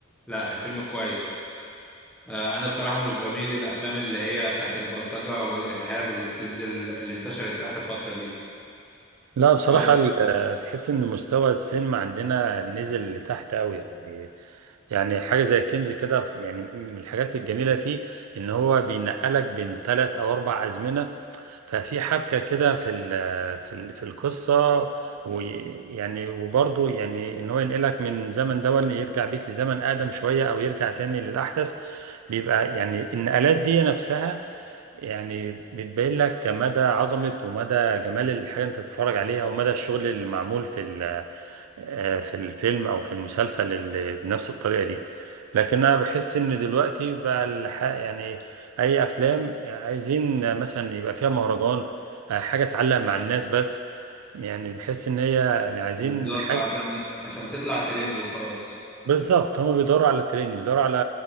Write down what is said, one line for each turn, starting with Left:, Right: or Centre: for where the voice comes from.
Centre: لا الفيلم كويس آه، أنا بصراحة مش بميل للأفلام اللي هي بتاعت البلطجة والإرهاب اللي بتنزل اللي انتشرت آخر فترة دي
Right: لا بصراحة
Centre: ولا أنت
Right: ال-
Centre: إيه؟
Right: آه، تحس ان مستوى السينما عندنا نزل لتحت قوي يعني يعني حاجة زي الكنز كده يعني من الحاجات الجميلة فيه ان هو بينقلك بين ثلاث او اربع ازمنة ففي حبكة كده في ال- في ال- في القصة ويعني وبرضه يعني ان هو ينقلك من زمن ده اللي يرجع بيك لزمن اقدم شوية او يرجع تاني للاحدث بيبقى يعني النقلات دي نفسها يعني بتبين لك مدى عظمة ومدى جمال الحاجة انت تتفرج عليها ومدى الشغل اللي معمول في ال آه، في الفيلم او في المسلسل اللي بنفس الطريقه دي لكن انا بحس ان دلوقتي بقى الح- يعني اي افلام عايزين مثلا يبقى فيها مهرجان آه، حاجه تعلق مع الناس بس يعني بحس ان هي يعني عايزين
Centre: بالظبط
Right: حاجه
Centre: عشان عشان تطلع ترند وخلاص
Right: بالظبط هما بيدوروا على ترند بيدوروا على